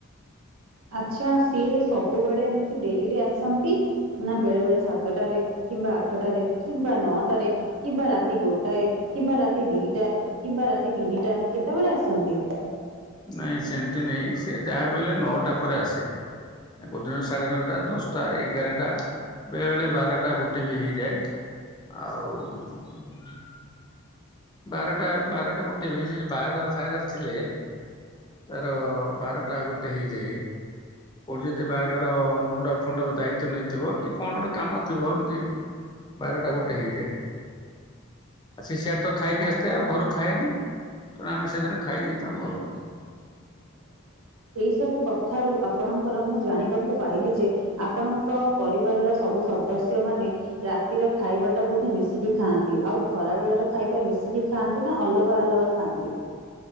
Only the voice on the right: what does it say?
ଆଚ୍ଛା ସିଏ ସବୁବେଳେ ଏମିତି ଡେରିରେ ଆସନ୍ତି! ନା ବେଳେ ବେଳେ ସାତଟାରେ କିମ୍ବା ଆଠଟାରେ, କିମ୍ବା ନଅଟାରେ, କିମ୍ବା ରାତି ଗୋଟାଏ, କିମ୍ବା ରାତି ଦିଟା, କିମ୍ବା ରାତି ତିନିଟା, କେତେବେଳେ ଆସନ୍ତି?
ଆ
<inaudible> ଏସବୁ କଥାରୁ ଆପଣଙ୍କର ମୁଁ ଜାଣିବାକୁ ପାଇଲି ଯେ, ଆପଣଙ୍କ ପରିବାରର ସବୁ ସଦ ଆଉ ସେମାନେ ରାତିର ଖାଇବା ଟା ବୋଧେ ମିଶିକି ଖାଆନ୍ତି! ଆଉ ଖରା ବେଳର ଖାଇବା ମିଶିକି ଖାଆନ୍ କି ନା ଅଲଗା ଅଲଗା ଖାଆନ୍ତି?